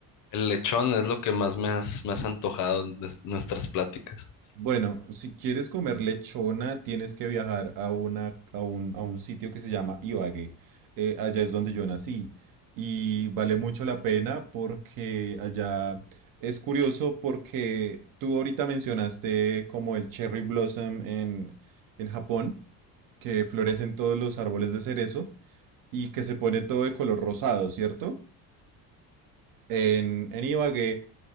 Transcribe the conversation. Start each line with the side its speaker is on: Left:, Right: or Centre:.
Left: El lechón es lo que más me has, me has antojado en nues- nuestras pláticas.
Right: Bueno, si quieres comer lechona, tienes que viajar a una, a un, a un sitio que se llama Ibagué. Eh, allá es donde yo nací. Y vale mucho la pena porque allá es curioso porque tú ahorita mencionaste como el cherry blossom en, en Japón, que florecen todos los árboles de cerezo y que se pone todo de color rosado, ¿cierto? En, en Ibagué